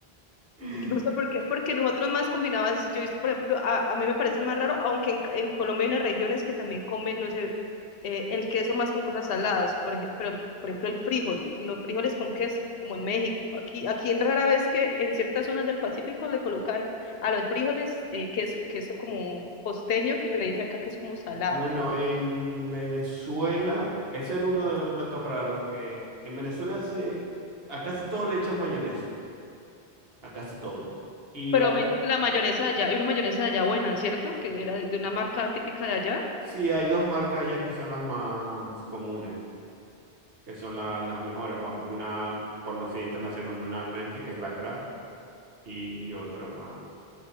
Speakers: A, on the right (about 65°); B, on the left (about 70°).
A: <laughs>
B: No sé por qué, porque nosotros más combinadas, yo, he visto, por ejemplo, a, a mí me parece más raro, aunque en, en Colombia hay unas regiones que también comen, no sé, eh, el queso más con cosas saladas, por ejemplo, por ejemplo, el frijol, los frijoles con queso, como en México. Aquí, aquí en rara vez que en ciertas zonas del Pacífico le colocan a los frijoles eh, queso, queso como costeño, que se le dice acá que es como salado.
A: Bueno, en Venezuela, ese era uno de los platos raros que en Venezuela se a casi todo le echan mayonesa, a casi todo. Y
B: Pero
A: a
B: me
A: u-
B: dijo que la mayonesa de allá, hay una mayonesa de allá buena, ¿cierto? Que era de, de una marca típica de allá.
A: sí, hay dos marcas ya que son las más comunes. que son la- las mejores, vamos, una conocida internacionalmente, que es la Kraft, y, y otra más.